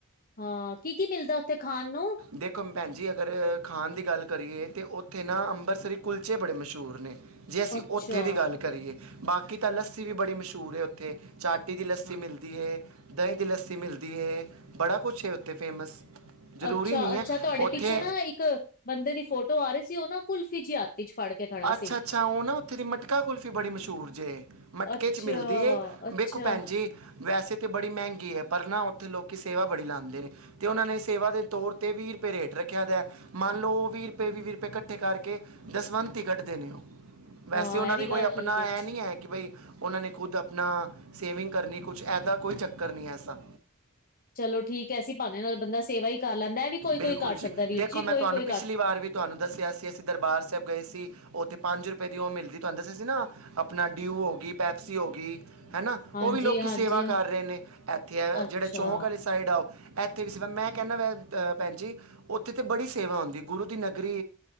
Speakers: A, on the left; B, on the right.
A: ਹਾਂ, ਕੀ ਕੀ ਮਿਲਦਾ ਉੱਥੇ ਖਾਣ ਨੂੰ।
B: ਦੇਖੋ ਭੈਣ ਜੀ ਅਗਰ ਖਾਣ ਦੀ ਗੱਲ ਕਰੀਏ, ਤੇ ਉੱਥੇ ਨਾ ਅੰਬਰਤਸਰੀ ਕੁਲਚੇ ਬੜੇ ਮਸ਼ਹੂਰ ਨੇ। ਜੇ ਅਸੀਂ
A: ਅੱਛਾ
B: ਉੱਥੇ ਦੀ ਗੱਲ ਕਰੀਏ, ਬਾਕੀ ਤਾਂ ਲੱਸੀ ਵੀ ਬੜੀ ਮਸ਼ਹੂਰ ਹੈ ਉੱਥੇ, ਚਾਟਟੀ ਦੀ ਲੱਸੀ ਮਿਲਦੀ ਏ, ਕ ਦਹੀਂ ਦੀ ਲੱਸੀ ਮਿਲਦੀ ਏ ਬੜਾ ਕੁਛ ਹੈ ਉੱਥੇ ਫੇਮਸ ਜ਼ਰੂਰੀ
A: ਅੱਛਾ
B: ਨਹੀਂ
A: ਅੱਛਾ
B: ਹੈ
A: ਤੁਹਾਡੇ
B: ਉੱਥੇ
A: ਪਿੱਛੇ ਨਾ ਇੱਕ ਬੰਦੇ ਦੀ ਫੋਟੋ ਆ ਰਹੀ ਸੀ ਉਹ ਨਾ ਕੁਲਫ਼ੀ ਜੀ ਆਤੀ ਚ ਫੜ ਕੇ ਖੜਾ
B: ਅੱਛਾ
A: ਸੀ
B: ਅੱਛਾ, ਉਹ ਨਾ ਉੱਥੇ ਦੀ ਮਟਕਾ ਕੁਲਫ਼ੀ ਬੜੀ ਮਸ਼ਹੂਰ ਜੇ। ਮਟਕੇ
A: ਅੱਛਾ,
B: ਚ ਮਿਲਦੀ ਏ,
A: ਅੱਛਾ
B: ਵੇਖੋ ਭੈਣ ਜੀ ਵੈਸੇ ਤਾਂ ਅਤੇ ਬੜੀ ਮਹਿੰਗੀ ਹੈ, ਪਰ ਨਾ ਉੱਥੇ ਲੋਕ ਸੇਵਾ ਬੜੀ ਲਾਉਂਦੇ ਨੇ। ਤੇ ਉਹਨਾਂ ਨੇ ਸੇਵਾ ਦੇ ਤੌਰ ਤੇ, ਵੀਹ ਰੁਪਏ ਰੇਟ ਰੱਖਿਆ ਦਾ। ਮੰਨ ਲਓ ਉਹ ਵੀਹ ਰੁਪਏ ਵੀਹ, ਵੀਹ ਰੁਪਏ ਇਕੱਠੇ ਕਰਕੇ ਦਸਵੰਤ ਕੱਢਦੇ ਨੇ ਉਹ, ਵੈਸੇ
A: ਹਾਂ
B: ਉਹਨਾਂ
A: ਇਹ ਵੀ
B: ਦੀ ਕੋਈ
A: ਗੱਲ
B: ਆਪਣਾ
A: ਠੀਕ ਏ।
B: ਇਹ ਨਹੀਂ ਹੈ, ਕਿ ਬਈ ਉਹਨਾਂ ਨੇ ਖੁਦ ਨ ਸੇਵਿੰਗ ਕਰਨੀ ਕੁਛ, ਇਹਦਾ ਕੋਈ ਚੱਕਰ ਨਹੀਂ ਐਸਾ।
A: ਚਲੋ ਠੀਕ ਹੈ, ਐਸੀਂ ਬਹਾਨੇ ਨਾਲ ਬੰਦਾ ਸੇਵਾ ਹੀ ਕਰ ਲੈਂਦਾ, ਐ ਵੀ ਕੋਈ ਕੋਈ
B: ਬਿਲਕੁਲ
A: ਕਰ ਸਕਦਾ ਵੀਰ
B: ਦੇਖੋ
A: ਜੀ,
B: ਮੈਂ
A: ਕੋਈ
B: ਤੁਹਾਨੂੰ
A: ਕੋਈ
B: ਪਿਛਲੀ ਵਾਰ ਵੀ ਤੁਹਾਨੂੰ ਦੱਸਿਆ ਸੀ ਅਸੀਂ ਦਰਬਾਰ ਸਾਹਿਬ ਗਏ ਸੀ ਉੱਥੇ ਪੰਜ ਰੁਪਏ ਦੀ ਉਹ ਮਿਲਦੀ ਤੁਹਾਨੂੰ ਦੱਸਿਆ ਸੀ ਨਾ ਆਪਣਾ ਡਿਊ ਹੋ ਗਈ ਪੈਪਸੀ ਹੋ ਗਈ ਹੈਾ
A: ਹਾਂਜੀ-ਹਾਂਜੀ
B: ਉਹ ਵੀ ਲੋਕ ਸੇਵਾ ਕਰ ਰਹੇ ਨੇ ਇੱਥੇ ਆ
A: ਅੱਛਾ
B: ਜਿਹੜੇ ਚੌਂਕ ਵਾਲੀ ਸਾਈਡ ਆਓ ਇੱਥੇ ਵੀ ਸੇਵਾ ਮੈਂ ਕਹਿੰਦਾ ਵ ਭੈਣ ਜੀ ਉੱਥੇ ਤੇ ਬੜੀ ਸੇਵਾ ਹਉਂਦੀ ਗੁਰੂ ਦੀ ਨਗਰੀ